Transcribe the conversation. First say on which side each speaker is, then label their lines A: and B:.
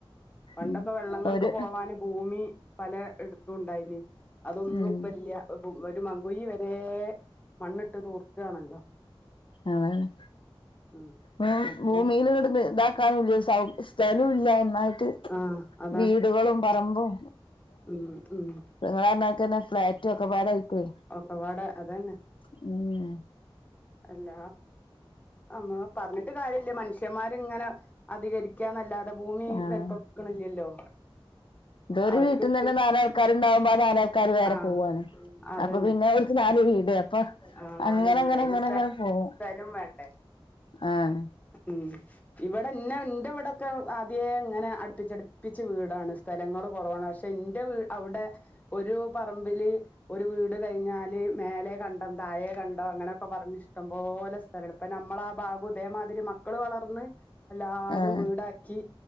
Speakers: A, on the left; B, on the left.
A: പണ്ടൊക്കെ
B: ഉം
A: വെള്ളങ്ങൾക്ക്
B: ഒരു
A: പോവാന് ഭൂമി പല എടുത്തുംണ്ടായിന് അതൊന്നും
B: ഉം
A: ഇപ്പല്ല ഒരു മങ്കുയി വരെ മണ്ണിട്ട് തൂർക്കാണല്ലോ
B: അതന്നെ
A: ഉം
B: ഭൂ
A: അപ്പൊ
B: ഭൂമിൽ ഇങ്ങട്ട് ഇതാക്കാന സൗ സ്ഥലം ഇല്ല ഒന്നായിട്ട്
A: ആഹ അഹ
B: വീടുകളും, പറമ്പും
A: ഉം ഉം
B: അതെ മാരിക്കന്നെ ഫ്ലാറ്റും ഒക്കെ പ്പാടെ ആയിട്ടേ
A: ഒക്കപാടെ അതന്നെ.
B: അതന്നെ
A: അല്ല നമ്മ പറഞ്ഞിട്ട് കാര്യല്ല, മനുഷ്യന്മാരി ഇങ്ങനെ അധികരിക്കാന്നല്ലാതെ ഭൂമി
B: ആഹ്
A: വെലുപ്പ വെക്കണില്ലല്ലോ.
B: ഇതൊര്
A: അവർക്ക്
B: വീട്ടന്ന്ന്നെ നാൾക്കാരുണ്ടാക്മ്പോ ആ നാലാ കാര് വേറെ
A: ആഹ്
B: പോവുവാണ്
A: അതന്നെ
B: അപ്പൊ പിന്നെ അവർക്ക് നാല് വീട് അപ്പൊ
A: ആഹ് നാല്
B: അങ്ങനെ
A: വീട്
B: അങ്ങനെ
A: അയിന്
B: അങ്ങനെ
A: സ്ഥ
B: അങ്ങനെ പോവും.
A: സ്ഥലം വേണ്ടേ?
B: ആഹ
A: ഉം ഇവിടെ ഇന്നെ എന്റെ ഇവിടെക്കെ ആദ്യേ ഇങ്ങനെ അടുപ്പിച്ചടുപ്പിച്ച് വീടാണ്. സ്ഥലങ്ങള് കുറവാണ് പക്ഷെ എന്റെ അവ്ടെ ഒരു പറമ്പില് ഒരു വീട് കഴിഞ്ഞാല് മേലെ കണ്ടോ തായെ കണ്ടോ അങ്ങനെയൊക്കെ പറഞ്ഞ ഇഷ്ടംപോലെ സ്ഥലം അപ്പൊ നമ്മളാ ഭാഗം ഇതേമാതിരി മക്കള് വളർന്ന് എല്ലാരും
B: ആഹ്
A: വീടാക്കി